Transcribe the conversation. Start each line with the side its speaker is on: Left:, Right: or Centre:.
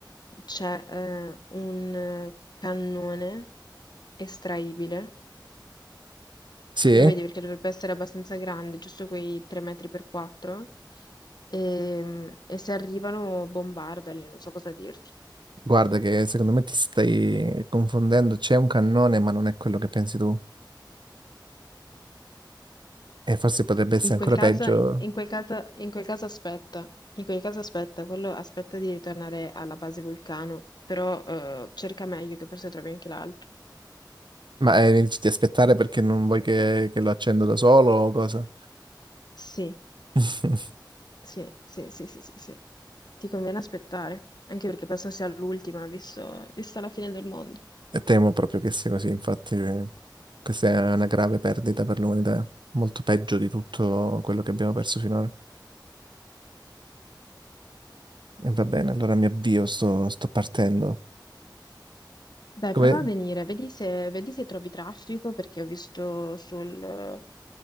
Left: c'è eh, un cannone estraibile,
Right: Sì,
Left: lo vedi perché dovrebbe essere abbastanza grande, giusto quei 3 metri per 4, e, e se arrivano bombardali, non so cosa dirti.
Right: guarda che secondo me ti stai confondendo. C'è un cannone, ma non è quello che pensi tu. E forse potrebbe essere
Left: In quel
Right: ancora
Left: caso,
Right: peggio
Left: in quel caso, in quel caso aspetta, in quel caso aspetta, quello aspetta di ritornare alla base vulcano, però eh, cerca meglio che forse trovi anche l'altro.
Right: Ma eh, ti aspettare perché non vuoi che, che lo accendo da solo o cosa?
Left: Sì,
Right: <laughs>
Left: sì, sì, sì, sì, sì, sì. Ti conviene aspettare, anche perché penso sia l'ultima, visto, vista la fine del mondo.
Right: E temo proprio che sia così, infatti eh, questa è una grave perdita per l'umanità, molto peggio di tutto quello che abbiamo perso finora. E va bene, allora mi avvio, sto, sto partendo.
Left: Dai,
Right: Come-
Left: prova a venire, vedi se, vedi se trovi traffico, perché ho visto sul eh,